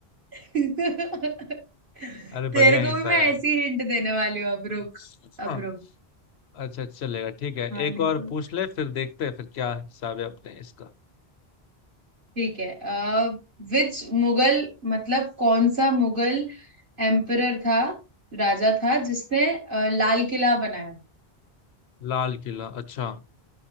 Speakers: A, on the right (about 55°); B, on the left (about 75°).
A: <laughs>
B: अरे बढ़िया
A: तेरे को
B: हिंट
A: भी
B: था
A: मैं
B: यार
A: ऐसी हिंट देने वाली हूँ अब रुक
B: हाँ,
A: अब रुक
B: अच्छा अच्छा चलेगा ठीक है
A: हाँ
B: एक
A: नहीं तो
B: और पूछ ले फिर देखते हैं फिर क्या हिसाब है अपने इसका
A: ठीक है अ विच मुगल मतलब कौन सा मुगल एम्परर था राजा था जिसने अ, लाल किला बनाया था
B: लाल किला अच्छा